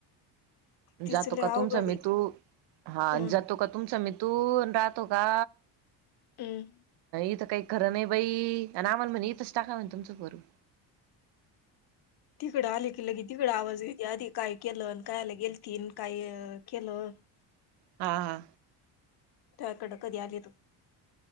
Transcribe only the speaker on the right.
जातो
का
तुमच
म तू हा
जातो का तुम स म तू. तू राहतो का
इथ काही खरं नाही बाई आणि आमण म्हणे इथच टाका म्ह तुमचं पोरगा
हा हा